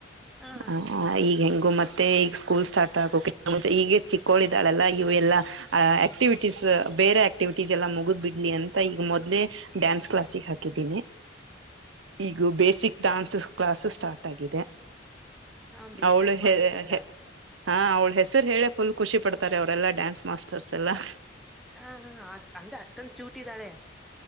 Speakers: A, in the centre; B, on the right.
A: ಹ
B: ಅ ಆ ಈಗ ಹೆಂಗು ಮತ್ತೆ ಈಗ ಸ್ಕೂಲ್ ಸ್ಟಾರ್ಟ್ ಆಗಕ್ಕೂ ಮುಂಚೆ ಈಗ ಚಿಕ್ಕೋಳಿದಾಳೆಲ್ಲ ಇವೆ ಎಲ್ಲಾ ಆ ಆಕ್ಟಿವಿಟೀಸ್ ಬೇರೆ ಆಕ್ಟಿವಿಟೀಸ್ ಎಲ್ಲಾ ಮುಗುದ್ ಬಿಡ್ಲಿ ಅಂತ ಈಗ ಮೊದ್ಲೆೇ ಡ್ಯಾನ್ಸ್ ಕ್ಲಾಸಿಗೆ ಹಾಕಿದ್ದೀನಿ. ಈಗ ಬೇಸಿಕ್ ಡಾನ್ಸ್ ಕ್ಲಾಸ್ಸೂ ಸ್ಟಾರ್ಟ್ ಆಗಿದೆ.
A: ಹ ಬೇಸಿಕ್
B: ಅವಳು ಹೆ
A: ಮಾಡಿಸಿದ್ರ
B: ಹೆ ಹಾ ಅವಳು ಹೆಸರು ಹೇಳೆ ಪುಲ್ ಖುಷಿ ಪಡ್ತಾರೆ ಅವರೆಲ್ಲಾ ಡ್ಯಾನ್ಸ್ ಮಾಸ್ಟರ್ಸ್ ಎಲ್ಲಾ.
A: ಹಾ ಹ ಅ ಅಂದ್ರೆ ಅಷ್ಟೊಂದು ಕ್ಯೂಟ್ ಇದ್ದಾಳೆ.